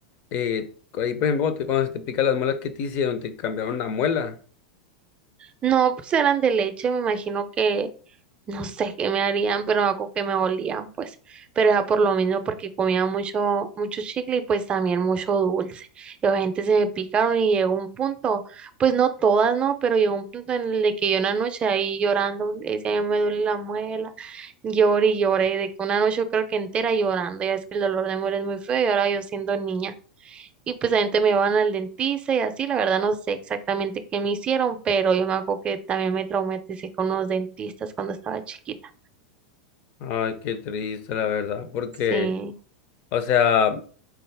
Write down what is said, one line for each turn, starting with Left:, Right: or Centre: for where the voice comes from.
Left: eh, ahí, por ejemplo, cuando, te- cuando se te pican las muelas, ¿qué te hicieron? ¿Te cambiaron la muela?
Right: no, pues eran de leche, me imagino que No sé qué me harían, pero me acuerdo que me olían, pues. Pero era por lo mismo, porque comía mucho, mucho chicle y pues también mucho dulce. Y la gente se me picaron y llegó un punto, pues no todas, ¿no? Pero llegó un punto en el de que yo una noche ahí llorando, le decía, "Ay, me duele la muela, lloré y lloré, de que una noche yo creo que entera llorando, ya es que el dolor de muela es muy feo y ahora yo siendo niña y pues también te me van al dentista y así, la verdad no sé exactamente qué me hicieron, pero yo me acuerdo que también me traumaticé con los dentistas cuando estaba chiquita.
Left: Ay, qué triste, la verdad, porque,
Right: Sí.
Left: o sea,